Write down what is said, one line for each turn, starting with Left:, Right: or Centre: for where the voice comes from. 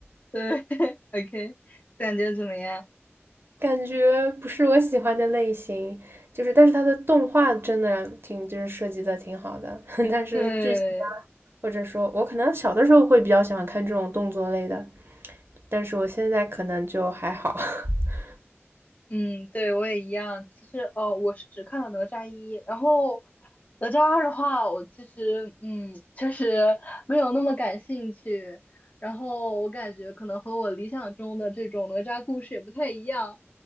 Left: 对 <laughs>，OK，感觉怎么样？
Right: 感觉不是我喜欢的类型，就是但是它的动画真的挺就是设计的挺好的，<laughs> 但是剧情啊，
Left: 对，
Right: 或者说我可能小的时候会比较喜欢看这种动作类的，但是我现在可能就还好。<laughs>
Left: 嗯，对，我也一样。其实哦，我是只看了哪吒一，然后哪吒二的话，我其实嗯，确实没有那么感兴趣。然后我感觉可能和我理想中的这种哪吒故事也不太一样，